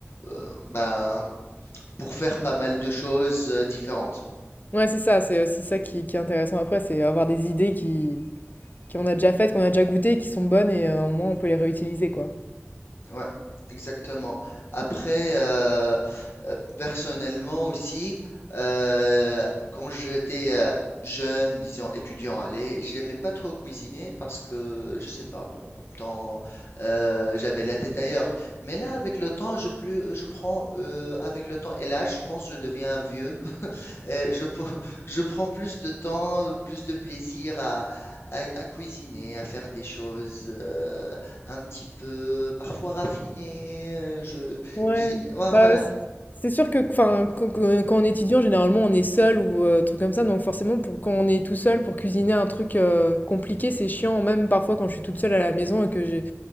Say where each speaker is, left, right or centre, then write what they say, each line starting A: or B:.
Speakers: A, on the left (about 65°); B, on the left (about 40°).
A: euh, ben, pour faire pas mal de choses euh, différentes.
B: Ouais, c'est ça, c'est aussi ça qui qui est intéressant après, c'est avoir des idées qui qu'on a déjà faites, qu'on a déjà goûtées, qui sont bonnes et heu, au moins, on peut les réutiliser, quoi.
A: Ouais, exactement. Après, euh, euh, personnellement aussi, euh, quand j'étais euh, jeune, disons étudiant, allez, j'aimais pas trop cuisiner parce que, je sais pas, bon, en même temps, euh, j'avais la tête ailleurs. Mais là, avec le temps, je plus, je prends, euh, avec le temps et l'âge, je pense que je deviens un vieux. <laughs> Et je, pr- <laughs> je prends plus de temps, plus de plaisir à, à, à cuisiner, à faire des choses. euh, un petit peu parfois raffiné, heu, je
B: Ouais,
A: j'ai ouais,
B: bah
A: voilà.
B: c- c'est sûr que enfin quand quand- quand on est étudiant, généralement on est seul ou euh, truc comme ça, donc forcément pour quand on est tout seul pour cuisiner un truc euh, compliqué, c'est chiant. Même parfois quand je suis toute seule à la maison et que j'ai